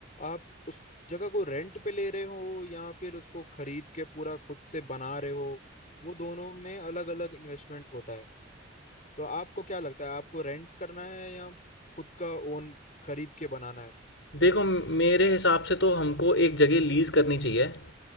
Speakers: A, on the left; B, on the left.
A: आप उस जगह को रेंट पे ले रहे हो या फिर उसको खरीद के पूरा खुद से बना रहे हो वो दोनों में अलग अलग इन्वेस्टमेंट होता है तो आपको क्या लगता है आपको रेंट करना है या खुद का ओन खरीद के बनाना है
B: देखो मेरे हिसाब से तो हमको एक जगह लीज़ करनी चाहिए